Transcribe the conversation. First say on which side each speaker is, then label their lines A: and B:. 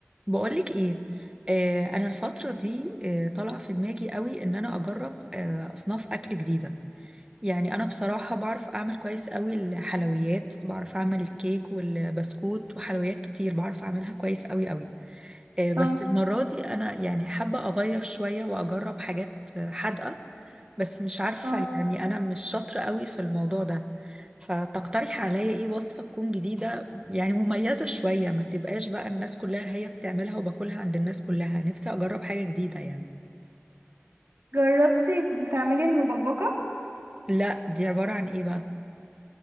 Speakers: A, on the right; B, on the right.
A: بقولك ايه آه انا الفتره دي آه طالعه في دماغي قوي ان انا اجرب آه اصناف اكل جديده يعني انا بصراحه بعرف اعمل كويس قوي الحلويات بعرف اعمل الكيك والبسكوت وحلويات كتير بعرف اعملها كويس قوي قوي آه، بس
B: اه
A: المرة دي أنا يعني حابة أغير شوية وأجرب حاجات آه، حادقة بس مش عارفة
B: اه
A: يعني أنا مش شاطرة قوي في الموضوع ده فتقترح عليا إيه وصفة تكون جديدة يعني مميزة شوية ما تبقاش بقى الناس كلها هي بتعملها وباكلها عند الناس كلها نفسي أجرب حاجة جديدة يعني
B: جربتي تعملي المبكبكة
A: لا دي عبارة عن إيه بقى؟